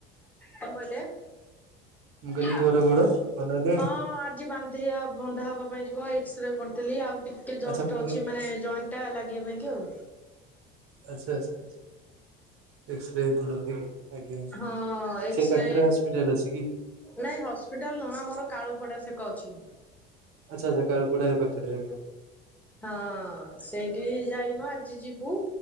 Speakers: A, in the centre; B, on the right.
A: କଣ କହିଲେ?
B: ମୁଁ କହିଲି
A: ହଁ
B: ପୁଅର ଗୋଡ ଭଲ ହେଲାଣି
A: ଆଜି ବାନ୍ଧିବା ବନ୍ଧା ହବା ପାଇଁ ଯିବ। ଏ ଏକ୍ସଶ୍ରେ କରିଥିଲି। ଆଉ ଟିକେ ଜଷ୍ଟ
B: ଆଚ୍ଛା ପୁଣି
A: ଅଛି ମାନେ ଜଏଣ୍ଟ ଟା ଲାଗିବା ପାଇଁ କି ଆଉ।
B: ଆଛା ଆଛା। ଏକ୍ ଶ୍ରେ ଆଜ୍ଞା।
A: ହଁ ଏକ୍ସରେ
B: ସେଇ ପାଖରେ ହସ୍ପିଟାଲ ଅଛି କି?
A: ନାଇଁ ହସ୍ପିଟାଲ ନୁହଁ ଆମର କାଳୁପଡା ସେକ ଅଛି।
B: ଆଛା ଆଛା। କାଳୁପଡା ଏଇ ପାଖରେ ଆଜ୍ଞା।
A: ହଁ ସେଇଠି ଯାଇନୁ ଆଜି ଯିବୁ।